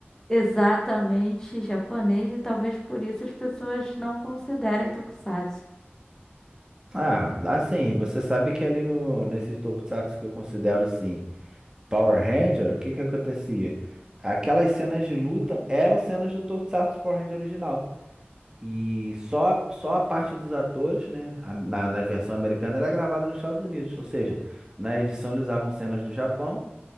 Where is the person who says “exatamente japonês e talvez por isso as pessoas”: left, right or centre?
Left